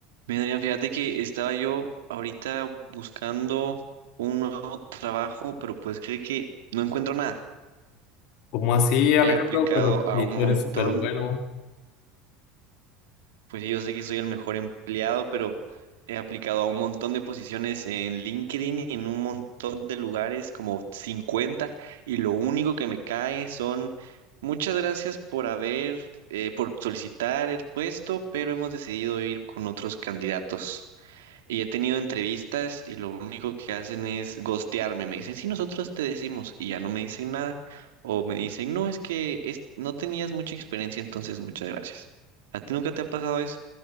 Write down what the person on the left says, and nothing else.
Como así, Alejandro?
Pero
si
tú
eres súper bueno.